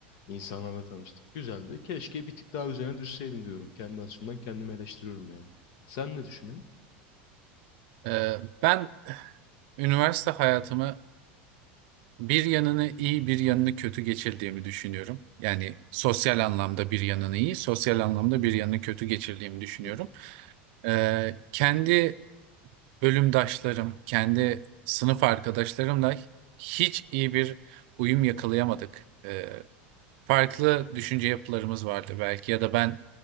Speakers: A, on the left; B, on the right.
A: insanlarla tanıştık. Güzeldi. Keşke bir tık daha üzerine düşseydim diyorum. Kendi açımdan kendimi eleştiriyorum yani. Sen ne düşünüyorsun?
B: E, ben üniversite hayatımı bir yanını iyi bir yanını kötü geçirdiğimi düşünüyorum. Yani sosyal anlamda bir yanını iyi, sosyal anlamda bir yanını kötü geçirdiğimi düşünüyorum.
A: Hı hı.
B: E, kendi bölümdaşlarım, kendi sınıf arkadaşlarımla hiç iyi bir uyum yakalayamadık. Ee, farklı düşünce yapılarımız vardı belki ya da ben